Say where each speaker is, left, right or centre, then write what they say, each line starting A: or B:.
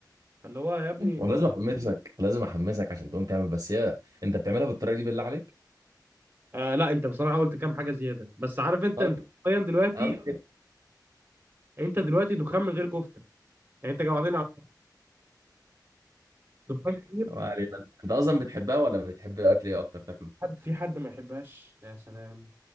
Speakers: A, on the right (about 30°); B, on the right (about 55°).
A: فاللي هو يا ابني
B: <laughs> ولازم أحمسك لازم أحمسك عشان تقوم تعمل بس هي أنت بتعملها بالطريقة دي بالله عليك؟
A: آه لا انت بصراحه قلت كام حاجه زياده بس عارف انت
B: طيب
A: انت حرفيا دلوقتي
B: أهم كده
A: انت دلوقتي دخان من غير كفته يعني انت جوعتني على دخان كتير
B: ما علينا. أنت أصلا بتحبها ولا بتحب أكل إيه أكتر تاكله؟
A: حد في حد ما يحبهاش يا سلام